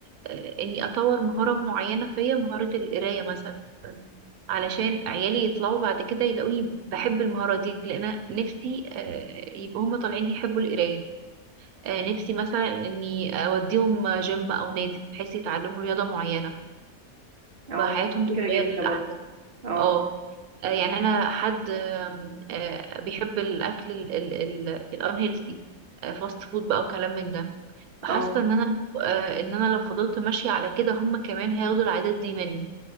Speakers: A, on the right; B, on the right.
A: آه، اني اطور مهارة معينة فيا مهارة القراية مثلا علشان عيالي يطلعوا بعد كده يلاقوني بحب المهارة دي لأن أنا نفسي آه، يبقوا هما طالعين يحبوا القراية آه، نفسي مثلا اني اوديهم جيم او نادي بحيث يتعلموا رياضة معينة
B: اه
A: فحياتهم تتغير
B: فكرة جميلة
A: للأحسن
B: برضه اه
A: اه آه، يعني انا حد آم، آه، بيحب الاكل الانهيلثي فاست فود بقى وكلام من ده فحاسه
B: اه
A: ان انا آه، ان انا لو فضلت ماشيه على كده هم كمان هياخدوا العادات دي مني